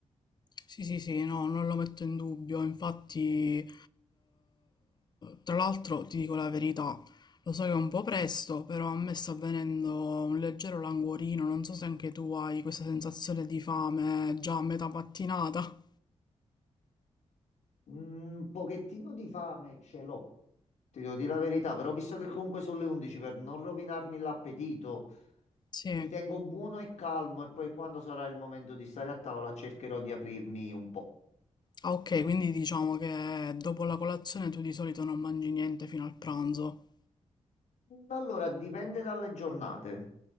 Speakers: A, on the left; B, on the left.
A: Sì, sì, sì, no, non lo metto in dubbio, infatti, eh, tra l'altro ti dico la verità, lo so che è un po' presto, però a me sta avvenendo un leggero languorino, non so se anche tu hai questa sensazione di fame già a metà mattinata.
B: Un pochettino di fame ce l'ho. Ti devo dire la verità, però visto che comunque sono le 11 per non rovinarmi l'appetito,
A: Sì.
B: mi tengo buono e calmo e poi quando sarà il momento di stare a tavola cercherò di aprirmi un po'.
A: Ah, ok, quindi diciamo che dopo la colazione tu di solito non mangi niente fino al pranzo.
B: Allora, dipende dalle giornate.